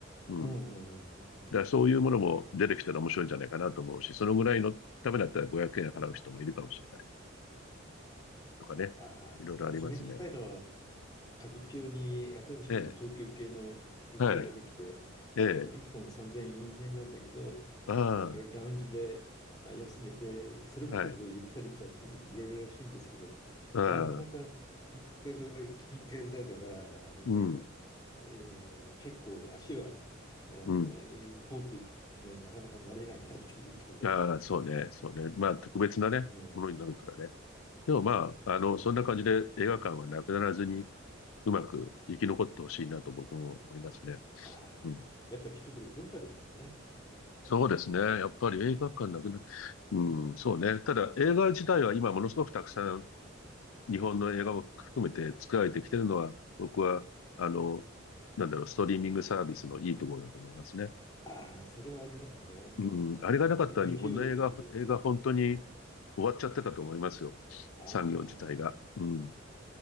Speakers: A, on the left; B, on the left.
A: うん。
B: うん、
A: だ
B: うん、うんうんうん。
A: からそういうものも出てきたら面白いんじゃないかなと思うし、そのぐらいのためだったら500円払う人もいるかもしれないとかね。
B: あーあ、
A: いろいろありますね。
B: そあそれに近いのは、歌舞伎町に新しい東急系の劇場ができて、
A: ええ、はい。ええ、
B: あの1本3000円、4000円なんだけど、
A: あ
B: あのラウンジであ休めて、それこそそういうゆったりした席で見れるらしいんですけど、
A: あ、はい。ああ、
B: なかなか金額が金額だから、あの、
A: うん、
B: えーの結構足はあのい行こうという気にはなかなかなれないなっていうところがあり、
A: うん。ああ、そうね、そうね。まあ、特別なね、
B: うん、
A: ものになるからね。でもまあ、あの、
B: うん、
A: そんな感じで映画館はなくならずにうまく生き残ってほしいなと僕も思いますね。
B: ああ、
A: うん。
B: やっぱり一つの文化ですもんね。
A: そうですね。やっぱり映画館なくなって、
B: うん、
A: うん、そうね。ただ映画自体は今ものすごくたくさん日本の映画を含めて作られてきてるのは、僕は、あの、なんだろう、ストリーミングサービスのいいところだと思いますね。
B: ああ、それはありますね。
A: うん、あれがなかったら日本の映画、
B: なんか YouTube でも一部やったり。
A: 映画本当に終わっちゃってたと思いますよ。
B: あ
A: 産業自体が。
B: あ、
A: うん。